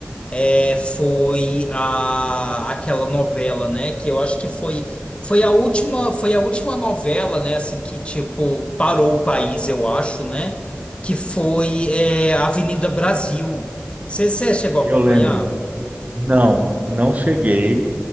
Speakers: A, on the left; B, on the right.
A: é, foi a, aquela novela, né, que eu acho que foi, foi a última, foi a última novela, né, assim que tipo parou o país, eu acho, né, que foi é, Avenida Brasil. Você chegou
B: se
A: a acompanhar?
B: eu lembro. Não, não cheguei.